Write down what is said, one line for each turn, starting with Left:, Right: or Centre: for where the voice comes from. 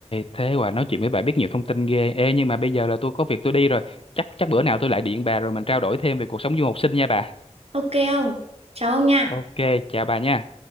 Left: thế quả nói chuyện với bà biết nhiều thông tin ghê. Ê, nhưng mà bây giờ là tôi có việc tôi đi rồi. Chắc chắc bữa nào tôi lại điện bà rồi mình trao đổi thêm về cuộc sống du học sinh nha bà.
Right: Ok không? Chào ông nha.
Left: Ok, chào bà nha.